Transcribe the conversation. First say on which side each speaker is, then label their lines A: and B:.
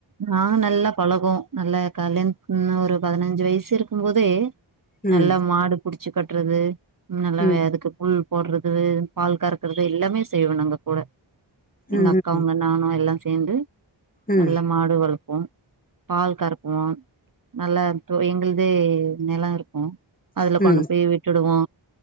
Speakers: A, on the right; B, on the left.
A: நாங் நல்லா பழகுவோ நல்ல கல்யாண்த் முன்ன ஒரு பதுனஞ்சு வய்சு இருக்கும்போதே
B: ம்
A: நல்ல மாடு புடிச்சு கட்றது நல்லவே
B: ம்
A: அதுக்கு புல் போட்றது பால் கறக்குறது எல்லாமே செய்வ நாங்க கூட எங்க
B: ம்
A: அக்கா
B: ம்
A: உங்க நானு எல்லாம் சேந்து
B: ம்
A: நல்லா மாடு வளப்போ பால் கறக்குவோ நல்லா எங்கள்து நெலோ இருக் கு அதுல
B: ம்
A: கொண்டு போய் விட்டுடுவோ